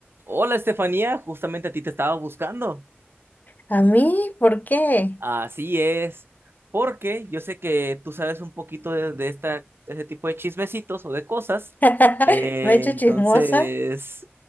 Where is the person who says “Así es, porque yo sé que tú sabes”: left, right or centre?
Right